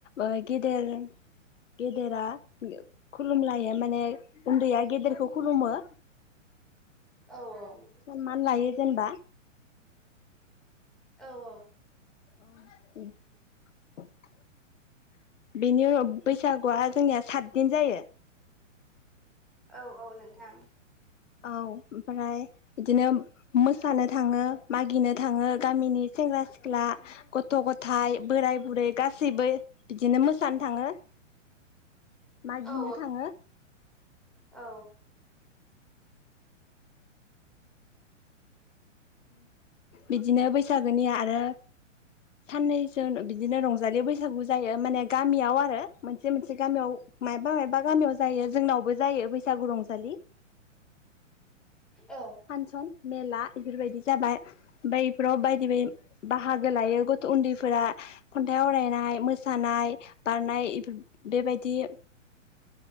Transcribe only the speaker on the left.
ओ गेदेर गेदेरा खुलुमलायो। माने उन्दैया गेदेरखौ खु खुलुमो।
सनमान लायो जेनेबा
औ <unintelligible> <unintelligible> बेनि उवाव बैसागुआ जोंनिया सात दिन जायो।
औ ओमफ्राय। बिदिनो मोसानो थाङो मागिनो थाङो गामिनि सेंग्रा सिख्ला ग' गथ' गथायाइ बोराय बुरै गासैबो बिदिनो मोसानो थाङो मागिनो
थाङो।
बिदिनो बैसागोनि आरो साननैसो बिदिनो रंजालि बैसागु जायो माने गामियाव आरो, मोनसे मोनसे गामियाव मायबा मायबा गामियाव जायो जोंनावबो जायो बैसागु रंजालि।
फानसन मेला बेफोरबायदि जाबाय, ओमफ्राय बेफोराव बायदि बायदि बाहागो लायो गथ' उन्दैफोरा खन्थाइ आवरायनाय मोसानाय बारनायफोर बेबायदि।